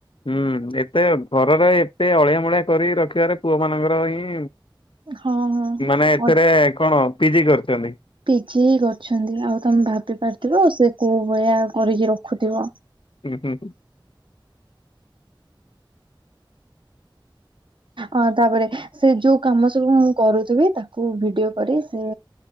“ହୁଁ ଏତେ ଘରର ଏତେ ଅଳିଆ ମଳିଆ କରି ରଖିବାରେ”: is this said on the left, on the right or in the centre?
Left